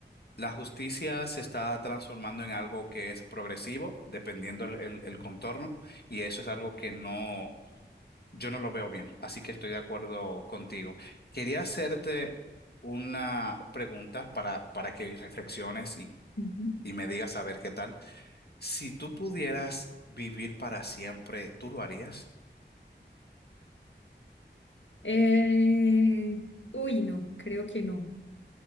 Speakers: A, on the left; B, on the left.
A: la justicia se está transformando en algo que es progresivo, dependiendo el, el- el contorno, y eso es algo que no, yo no lo veo bien, así que estoy de acuerdo contigo. Quería hacerte una pregunta para, para que reflexiones y,
B: Ujú.
A: y me digas a ver qué tal. Si tú pudieras vivir para siempre, ¿tú lo harías?
B: Eh, uy, no, creo que no.